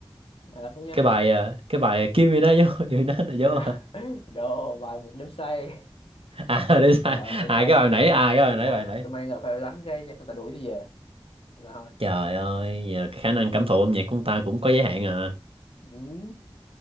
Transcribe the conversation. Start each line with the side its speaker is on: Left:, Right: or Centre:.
Left: à, thú nhá
Right: cái bài ờ, cái bài Kim gì đó vô <laughs> gì đó là
Left: đồ,
Right: vô hả?
Left: <laughs> đồ bài một đêm say
Right: à để sai
Left: ờ
Right: à
Left: không
Right: cái
Left: say
Right: bài nãy à cái bài nãy
Left: Ờ,
Right: bài nãy
Left: tôi mang là phải đánh cái chắc người ta đuổi tôi về là thôi
Right: Trời ơi, vậy là cái khả năng cảm thụ âm nhạc của ông ta cũng có giới hạn à.
Left: ừ,